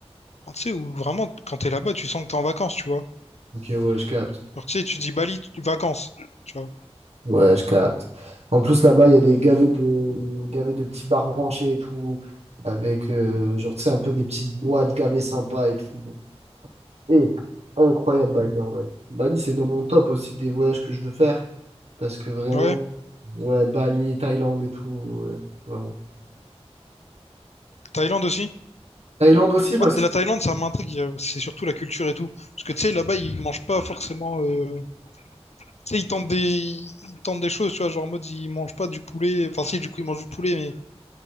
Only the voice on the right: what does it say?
ok, ouais, je capte.
Ouais, je capte. En plus, là-bas, il y a des gavets de, gavets de petits bars branchés et tout, avec, euh, genre, tu sais, un peu des petites boîtes gavées sympas et tout. Et incroyable Bali en vrai. Bali, c'est dans mon top aussi des voyages que je veux faire. Parce que vraiment,
ouais, Bali, Thaïlande et tout, ouais, vraiment.
Thaïlande aussi parce
que.